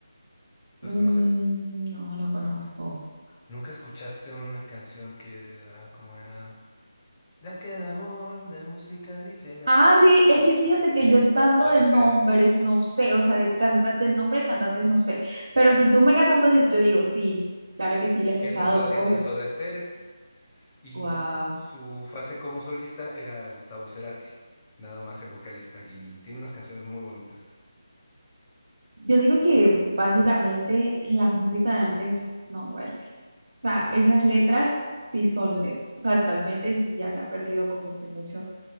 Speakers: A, on the left; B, on the right.
A: ¿Los
B: Mm,
A: conoces?
B: no, no conozco.
A: ¿Nunca escuchaste una canción que, ah, cómo era? De aquel amor de música ligera.
B: Ah, sí, es que fíjate
A: Ah, ese
B: que yo
A: es
B: tanto
A: Soda
B: de
A: Stereo.
B: nombres no sé, o sea, de cantantes, nombre de cantantes no sé, pero si tú me cantas un pedacito, yo digo, sí, claro que sí, la he escuchado,
A: Ese es, So- ese
B: obvio.
A: es Soda Stereo. Y
B: Wow.
A: su fase como solista era Gustavo Cerati, nada más el vocalista, y tiene unas canciones muy bonitas.
B: Yo digo que básicamente la música de antes, no, bueno. O sea,
A: No,
B: esas
A: no.
B: letras sí son letras. O sea, actualmente sí ya se ha perdido como que mucho